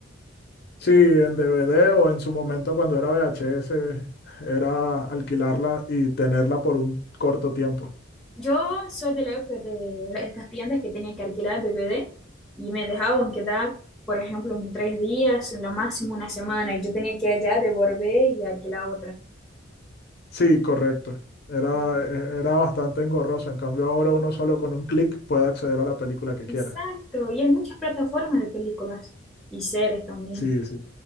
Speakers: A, on the left; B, in the centre.
A: Sí, en DVD o en su momento cuando era VHS, era alquilarla y tenerla por un corto tiempo.
B: Yo soy de la época de estas tiendas que tenían que alquilar DVD y me dejaban quedar, por ejemplo, en tres días, en lo máximo una semana y yo tenía que allá devolver y alquilar otra.
A: Sí, correcto. Era,
B: Sí.
A: e- era bastante engorroso. En cambio, ahora uno solo con un clic puede acceder a la película que quiera.
B: Exacto, y hay muchas plataformas de películas y series también.
A: Sí, sí.